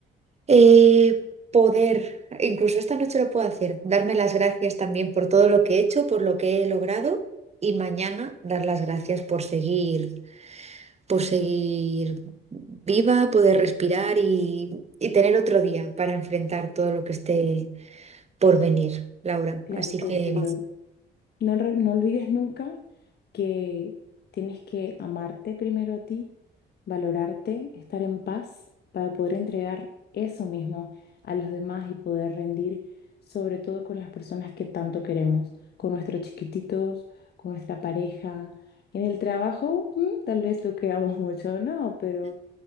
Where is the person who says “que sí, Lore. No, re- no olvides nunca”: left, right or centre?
Left